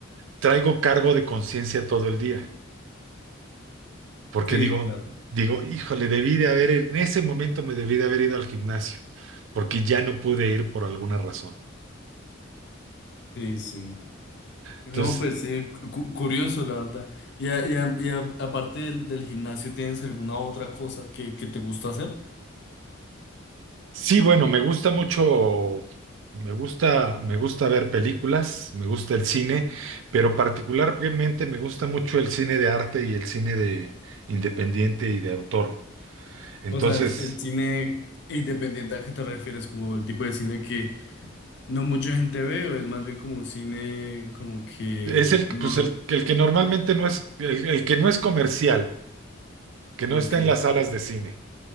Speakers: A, on the right (about 65°); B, on the left (about 60°).
A: traigo cargo de conciencia todo el día, porque
B: sí,
A: digo,
B: claro,
A: digo, híjole, debí de haber, en ese momento me debí de haber ido al gimnasio, porque ya no pude ir por alguna razón.
B: sí, sí. No,
A: Entonces,
B: pues sí, cu- cu- curioso, la verdad. Y, a- y, a- y a- aparte del, del gimnasio, ¿tienes alguna otra cosa que, que te gusta hacer?
A: sí, bueno, me gusta mucho, me gusta, me gusta ver películas, me gusta el cine, pero particularmente me gusta mucho el cine de arte y el cine de independiente y de autor. Entonces,
B: O sea, el, el cine independiente a qué te refieres, como el tipo de cine que no mucha gente ve, o es más bien como un cine como que
A: es el, pues
B: no,
A: el, el que normalmente no es, el el que no es comercial, que
B: ok,
A: no está en las salas de cine.